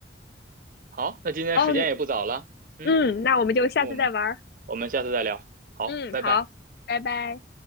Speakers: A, on the right; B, on the left.
A: 好，那今天时间也不早了，
B: 哦，
A: 嗯，
B: 嗯，那我们就下次再玩儿
A: 那我们我们下次再聊，好，
B: 嗯，
A: 拜拜。
B: 好，拜拜。